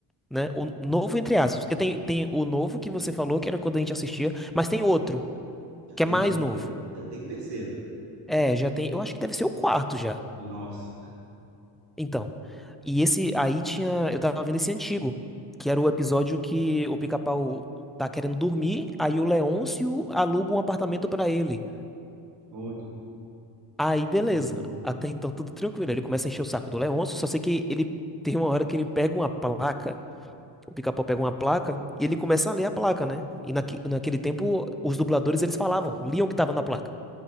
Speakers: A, in the centre; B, on the right.
A: né? O novo entre aspas, porque tem, tem o novo que você falou, que era quando a gente assistia, mas tem outro,
B: Já
A: que
B: tem
A: é mais
B: o terceiro,
A: novo.
B: já tem o terceiro.
A: É, já tem, eu acho que deve ser o quarto já.
B: Nossa,
A: Então, e esse aí tinha, eu tava vendo esse antigo, que era o episódio que o Pica-Pau tá querendo dormir, aí o Leôncio aluga um apartamento pra ele.
B: olha.
A: Aí, beleza.
B: Uhum.
A: Até então, tudo tranquilo. Ele começa a encher o saco do Leôncio, só sei que ele tem uma hora que ele pega uma placa O pica-pau pega uma placa e ele começa a ler a placa, né? E naque- naquele tempo, os dubladores, eles falavam, liam o que tava na placa.